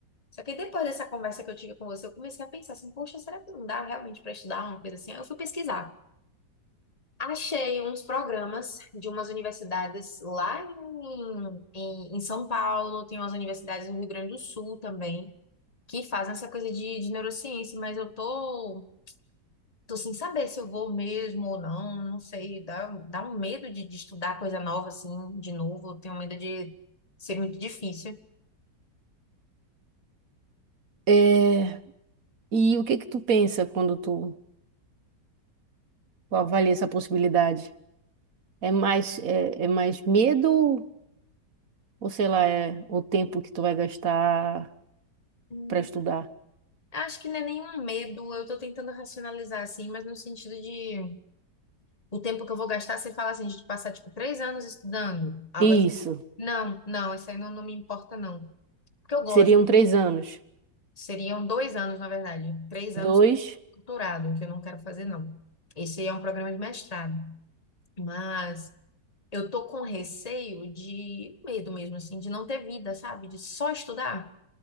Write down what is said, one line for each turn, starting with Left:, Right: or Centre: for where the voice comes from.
Left: Só que depois dessa conversa que eu tive com você, eu comecei a pensar assim, poxa, será que não dá realmente para estudar uma coisa assim? Aí eu fui pesquisar. Achei uns programas de umas universidades lá em, em, em São Paulo, tem umas universidades no Rio Grande do Sul também, que fazem essa coisa de, de neurociência, mas eu tô, tô sem saber se eu vou mesmo ou não, não sei, dá, dá um medo de, de estudar coisa nova assim, de novo, eu tenho medo de ser muito difícil.
Right: É, e o que que tu pensa quando tu, tu avalia essa possibilidade? É mais, é, é mais medo ou sei lá, é o tempo que tu vai gastar
Left: Hum,
Right: para estudar?
Left: Acho que não é nenhum medo, eu tô tentando racionalizar assim, mas no sentido de o tempo que eu vou gastar, você fala assim, de passar tipo três anos estudando, algo
Right: Isso,
Left: assim. Não, não, isso aí não, não me importa, não. Porque eu gosto.
Right: seriam três anos.
Left: Seriam dois anos, na verdade. Três anos
Right: Dois,
Left: doutorado, que eu não quero fazer, não. Esse é um programa de mestrado. Mas eu tô com receio de medo mesmo, assim, de não ter vida, sabe? De só estudar